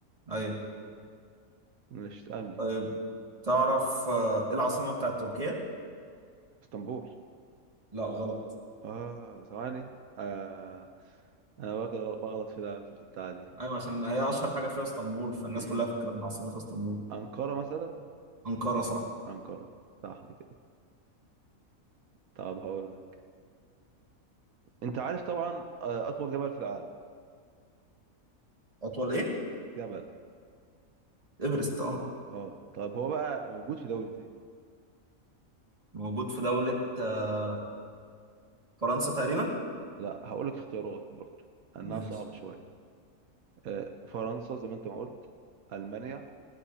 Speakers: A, on the right; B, on the right.
A: ايوه
B: مش تسألني
A: طيب تعرف آه، ايه العاصمه بتاعت تركيا
B: اسطنبول
A: لا غلط
B: اه ثواني آه. انا بغ- بغلط في ده في البتاعة دي
A: ايوه عشان هي اشهر حاجه فيها اسطنبول فالناس
B: امم
A: كلها فاكره ان عاصمتها اسطنبول
B: أنقرة مثلا
A: انقره صح
B: أنقرة صح كده طب هقول لك انت عارف طبعا آه، اطول جبل في العالم
A: اطول ايه
B: جبل
A: ايفرست اه
B: اه طب هو بقى موجود في دولة ايه
A: موجود في دوله آه، فرنسا تقريبا
B: لا هقول لك اختيارات برضو انها
A: ماشي
B: صعبة شوية آه، فرنسا زي ما انت ما قلت المانيا